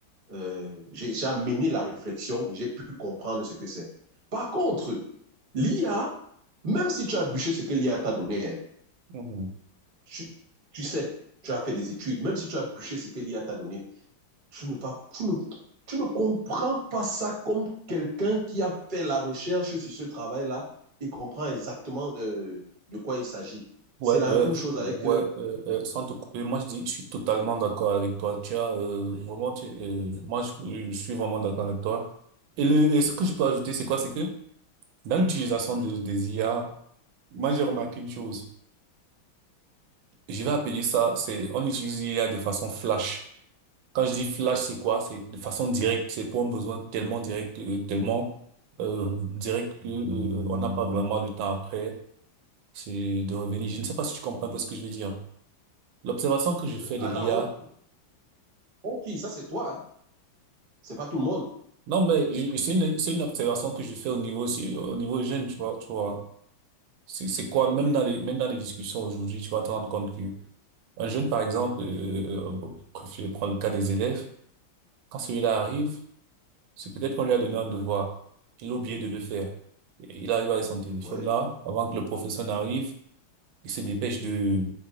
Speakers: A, on the right; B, on the right.
A: euh, j'ai amené la réflexion et j'ai pu comprendre ce que c'est. Par contre, l'IA, même si tu as bûché ce que l'IA t'a donné, hein,
B: mhm.
A: tu, tu sais, tu as fait des études, même si tu as bûché ce que l'IA t'a donné, tu ne, vas, tu ne, tu ne comprends pas ça comme quelqu'un qui a fait la recherche sur ce travail-là et comprend exactement euh, de quoi il s'agit.
B: Ouais,
A: C'est la
B: ouais,
A: même chose avec...
B: ouais,
A: euh,
B: euh, euh, sans te couper, moi je dis, je suis totalement d'accord avec toi. Tu as euh, vraiment, tu- euh, moi je, je suis vraiment d'accord avec toi. Et le, et ce que je peux ajouter, c'est quoi? C'est que dans l'utilisation de- des IA, moi j'ai remarqué une chose. Je vais appeler ça, c'est on utilise l'IA de façon flash. Quand je dis flash, c'est quoi? C'est de façon directe. C'est pour un besoin tellement direct, euh, tellement euh, direct que euh, on n'a pas vraiment le temps après. c'est de revenir. Je ne sais pas si tu comprends un peu ce que je veux dire. L'observation que je fais
A: attends,
B: de l'IA,
A: on, on qui? Ça, c'est toi, hein? C'est pas tout le monde.
B: non, mais je- c'est une, c'est une observation que je fais au niveau, aussi- au niveau jeune, tu vois, tu vois. C'est, c'est quoi,
A: Ok,
B: même dans les, même dans les discussions aujourd'hui, tu vas te rendre compte que un jeune, par exemple, euh, bon, bref, je le cas des élèves, quand celui-là arrive, c'est peut-être qu'on lui a donné un devoir. Il a oublié de le faire. Et Il arrive avec son téléphone
A: oui,
B: là, avant que le professeur n'arrive, il se dépêche de,